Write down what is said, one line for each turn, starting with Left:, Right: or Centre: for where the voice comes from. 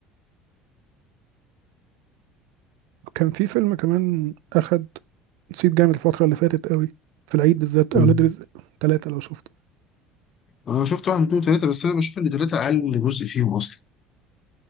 Right: كان في فيلم كمان أخد صيت جامد الفترة اللي فاتت قوي في العيد بالذات
Left: مم.
Right: أولاد رزق ثلاثة لو شفته
Left: أنا شفت واحد اتنين تلاتة بس أنا بشوف إن تلاتة أقل جزء فيهم أصلا